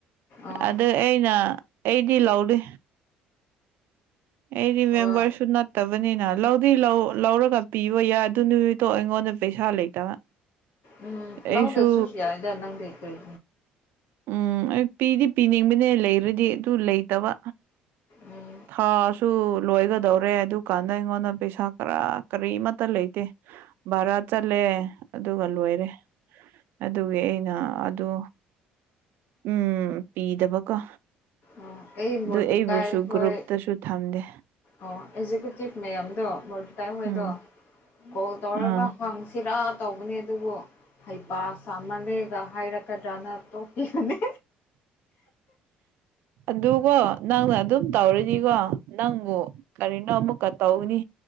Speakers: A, on the left; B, on the right.
A: ꯑꯥ
B: ꯑꯗ ꯑꯩꯅ ꯑꯩꯗꯤ ꯂꯧꯗꯦ ꯑꯩꯗꯤ
A: ꯍꯣꯏ
B: ꯃꯦꯝꯕꯔꯁꯨ ꯅꯠ ꯐꯠꯇꯕꯅꯤꯅ ꯂꯧꯗꯤ ꯂꯧ ꯂꯧꯔꯒ ꯄꯤꯕ ꯌꯥꯏ ꯑꯗꯨ ꯅꯨꯃꯤꯠꯇꯣ ꯑꯩꯉꯣꯟꯗ ꯄꯩꯁꯥ ꯂꯩꯇꯕ
A: ꯎꯝ ꯂꯪꯗ
B: ꯑꯩꯁꯨ
A: ꯁꯨꯁꯌꯥ ꯏꯗ ꯅꯪꯗꯤ ꯀꯣꯏ
B: ꯎꯝ ꯑꯩ ꯄꯤꯗꯤ ꯄꯤꯅꯤꯡꯕꯅꯦ ꯂꯩꯔꯗꯤ ꯑꯗꯨ ꯂꯩꯇꯕ
A: ꯎꯝ
B: ꯊꯥꯁꯨ ꯁꯨ ꯂꯣꯏꯒꯗꯧꯔꯦ ꯑꯗꯨꯀꯥꯟꯗ ꯑꯩꯉꯣꯟꯗ ꯄꯩꯁꯥ ꯀꯔꯥ ꯀꯔꯤ ꯑꯃꯠꯇ ꯂꯩꯇꯦ ꯚꯔꯥ ꯆꯠꯂꯦ ꯑꯗꯨꯒ ꯂꯣꯏꯔꯦ ꯑꯗꯨꯒꯤ ꯑꯩꯅ ꯑꯗꯨ ꯎꯝ ꯄꯤꯗꯕꯀꯣ
A: ꯑꯣ ꯑꯩ ꯃꯣꯔꯇꯤꯀꯥꯏ
B: ꯑꯗꯨ ꯑꯩꯕꯨꯁꯨ
A: ꯍꯣꯏ
B: ꯒ꯭ꯔꯨꯞꯇꯁꯨ ꯊꯝꯗꯦ
A: ꯑꯣ ꯑꯦꯛꯖꯤꯀꯨꯇꯤꯚ ꯃꯌꯥꯝꯗꯣ ꯃ ꯇꯥꯏ ꯍꯣꯏꯗꯣ
B: ꯎꯝ
A: ꯀꯣꯜ ꯇꯧꯔꯒ
B: ꯑꯥ
A: ꯍꯪꯁ ꯁꯤꯔꯥ ꯇꯧꯕꯅꯦ ꯑꯗꯨꯕꯨ ꯍꯩꯄꯥ ꯁꯥ ꯁꯥꯃꯟꯂꯦ ꯍꯥꯏꯔꯀ ꯅ ꯇꯣꯄꯤꯅꯤ
B: ꯑꯗꯨꯀꯣ ꯅꯪꯅ ꯑꯗꯨꯝ ꯇꯧꯔꯤꯅꯤꯀꯣ ꯅꯪꯕꯨ ꯀꯔꯤꯅꯣ ꯑꯃꯨꯛꯀ ꯇꯧꯅꯤ